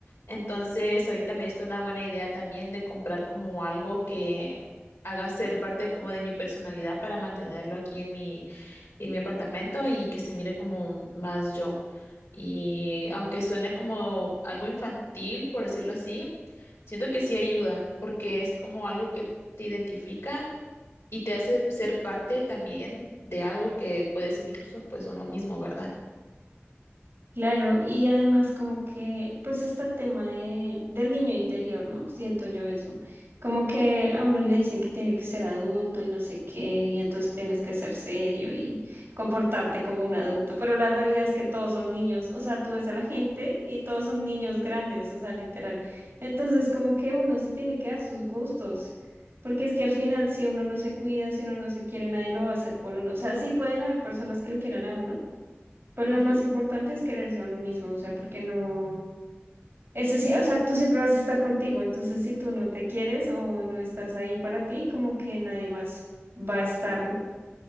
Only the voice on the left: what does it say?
Entonces ahorita me diste una buena idea también de comprar como algo que haga ser parte como de mi personalidad para mantenerlo aquí en mi, en mi apartamento y que se mire como más yo. Y aunque suene como algo infantil, por decirlo así, Siento que sí ayuda, porque es como algo que te identifica y te hace ser parte también de algo que puede ser incluso pues uno mismo, ¿verdad?
Ujú.